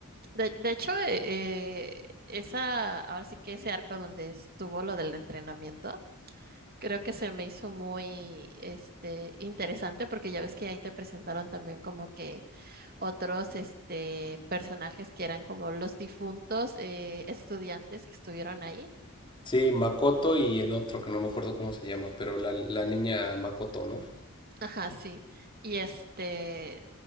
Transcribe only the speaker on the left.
Sí, Makoto y el otro, que no me acuerdo cómo se llama, pero la, la niña Makoto, ¿no?